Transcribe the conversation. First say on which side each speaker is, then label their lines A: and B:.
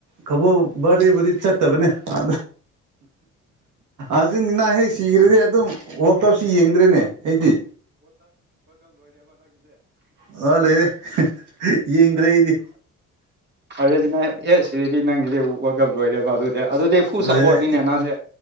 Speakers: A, on the right; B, on the right.
A: ꯈꯕꯣ ꯕꯥꯔꯗꯦꯕꯨꯗꯤ ꯆꯠꯇꯕꯅꯦ ꯑ ꯑꯗꯨꯅꯤꯅꯍꯦꯛ ꯁꯤꯈ꯭ꯔꯗꯤ ꯑꯗꯨꯝ ꯑꯞꯁꯤ ꯌꯦꯡꯗ꯭ꯔꯦꯅꯦ ꯑꯩꯗꯤ ꯑ ꯂꯣꯏꯔꯦ ꯌꯦꯡꯗ꯭ꯔꯦ ꯑꯩꯗꯤ
B: ꯑꯔ ꯅ ꯍꯦ ꯁꯤꯗꯤ ꯅꯪꯗꯤ ꯋ <unintelligible> ꯂꯣꯏꯔꯦꯕ ꯑꯗꯨꯗꯤ ꯑꯗꯨꯗꯤ ꯐꯨꯜ
A: ꯂꯣꯏꯔꯦ
B: ꯁꯞꯄꯣꯔꯠꯅꯤꯅꯦ ꯅꯪꯁꯦ